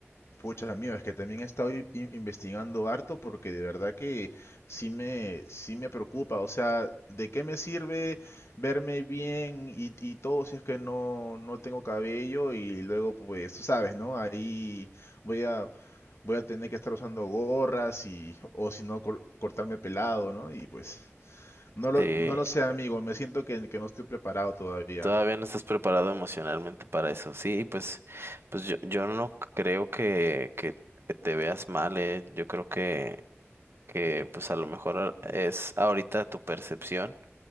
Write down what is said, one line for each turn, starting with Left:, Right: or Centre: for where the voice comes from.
Left: Pucha, amigo, es que también he estado i- in- investigando harto porque de verdad que sí me, sí me preocupa. O sea, ¿de qué me sirve verme bien y, y todo si es que no, no tengo cabello? Y luego, pues, tú sabes, ¿no? Ahí voy a, voy a tener que estar usando gorras y, o si no, cor- cortarme pelado, ¿no? Y pues, no lo,
Right: Sí,
Left: no lo sé, amigo, me siento que, que no estoy preparado todavía.
Right: todavía no estás preparado emocionalmente para eso. Sí, pues, pues yo, yo no creo que, que, que te veas mal, eh. Yo creo que, que pues a lo mejor a- es ahorita tu percepción